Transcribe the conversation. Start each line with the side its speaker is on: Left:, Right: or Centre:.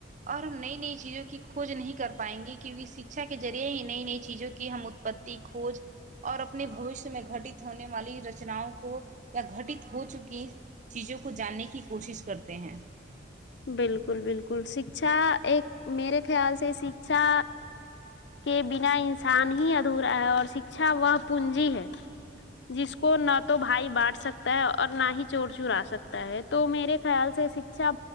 Right: اور ہم نئی نئی چیزوں کی کھوج نہیں کر پائیں گے کیونکہ شکچھا کے ذریعے ہی نئی نئی چیزوں کی ہم ات پتی کھوج اور اپنے بھویشیا میں گٹت ہونے والی رچناؤں کو یا گٹت ہو چکی چیزوں کو جاننے کی کوشش کرتے ہیں
Left: بالکل بالکل شکچھا ایک میرے خیال سے شکچھا کہ بنا انسان ہی ادھورا ہے اور شکشہ وہ پونجی ہے جس کو نہ تو بھائی بانٹ سکتا ہے اور نہ ہی چور چورا سکتا ہے تو میرے خیال سے شکچھا